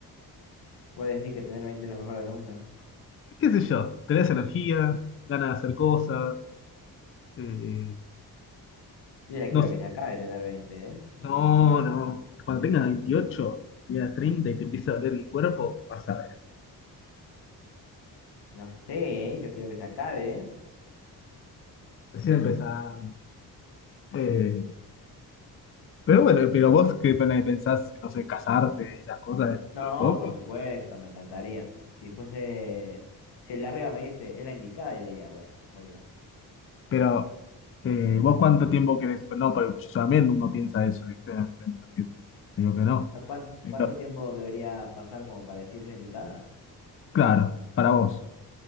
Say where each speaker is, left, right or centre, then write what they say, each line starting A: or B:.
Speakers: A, on the left (about 80°); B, on the left (about 35°).
A: Vos decís que tener veinte es lo mejor del mundo. ¿no?
B: ¿Qué sé yo? Tenés energía, ganas de hacer cosas. eh,
A: Yo ya
B: no,
A: quiero
B: sé.
A: que se acabe tener veinte ¿eh? <laughs>
B: no, no. Cuando tengas 28, tengas 30 y te empieza a doler el cuerpo, vas a ver.
A: No sé, yo quiero que se acabe.
B: Recién empezando. Eh, pero bueno, pero vos qué pena pensás, no sé, casarte y esas cosas dentro
A: No,
B: de poco.
A: por supuesto, me encantaría. Si fuese, si el de arriba me dice, es la indicada, yo diría, bueno, muy bien.
B: Pero, eh, ¿vos cuánto tiempo querés? Pues no, pero yo también uno piensa eso, ¿viste? A mí me- me- que- te digo que no.
A: ¿A cuán-
B: Pero,
A: ¿Cuánto tiempo debería pasar como para decir es la indicada?
B: claro, para vos.